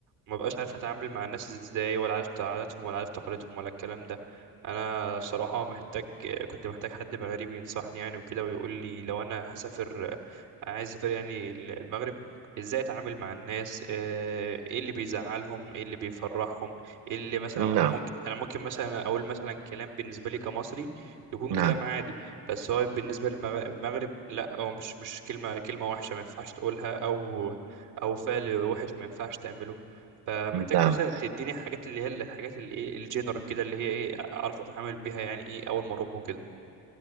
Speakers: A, on the right; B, on the right.
A: ما بقاش عارف اتعامل مع الناس ازاي ولا عارف عاداتهم ولا عارف تقاليدهم ولا الكلام ده انا الصراحه محتاج كنت محتاج حد مغربي ينصحني يعني وكده ويقول لي لو انا هسافر عايز اسافر يعني المغرب ازاي اتعامل مع الناس آه، ايه اللي بيزعلهم ايه اللي بيفرحهم ايه اللي مثلا
B: نعم
A: انا ممكن انا ممكن مثلا اقول مثلا كلام بالنسبه لي كمصري يكون
B: نعم
A: كلام عادي بس هو بالنسبه للمغرب لا هو مش مش كلمه كلمه وحشه ما ينفعش تقولها او او فعل وحش ما ينفعش تعمله فمحتاج
B: نعم
A: مثلا تديني حاجات اللي هي الحاجات اللي ايه الجنرال كده اللي هي ايه اعرف اتعامل بيها يعني ايه اول ما اروح وكده